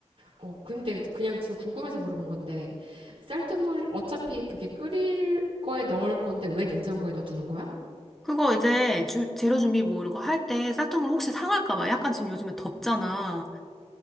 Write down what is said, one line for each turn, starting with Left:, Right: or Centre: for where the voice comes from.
Right: 어, 근데 그냥 지금 궁금해서 물어본 건데, 쌀뜨물 어차피 그게 끓일 거에 넣을 건데 왜 냉장고에 넣어두는 거야?
Centre: 그거 이제 주- 재료 준비 뭐 이런 거 할 때 쌀뜨물 혹시 상할까 봐 약간 지금 요즘에 덥잖아.